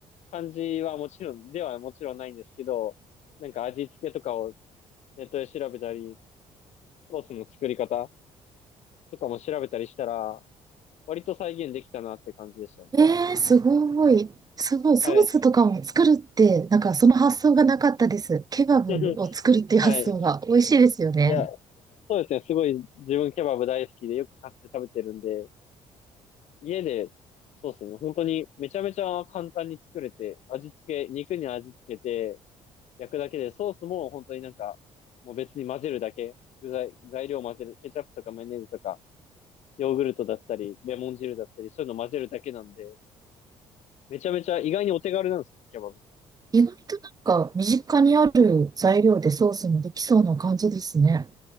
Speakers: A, on the left; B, on the right.
A: 感じはもちろん、ではもちろんないんですけど、なんか味付けとかをネットで調べたり、ソースの作り方とかも調べたりしたら、割と再現できたなって感じでしたね。
B: えー、すごい。すごい。ソースとかも作るって、
A: はい。
B: なんかその発想がなかったです。ケバブを作るっていう発想が美味しいですよね。
A: <laughs> はい。<laughs> いや、そうですね。すごい自分ケバブ大好きでよく買って食べてるんで、家で、そうですね。本当にめちゃめちゃ簡単に作れて、味付け、肉に味付けて焼くだけで、ソースも本当になんか、もう別に混ぜるだけ。具材、材料混ぜる。ケチャップとかマヨネーズとか、ヨーグルトだったり、レモン汁だったり、そういうの混ぜるだけなんで、めちゃめちゃ意外にお手軽なんですよ、ケバブ。
B: 意外となんか身近にある材料でソースもできそうな感じですね。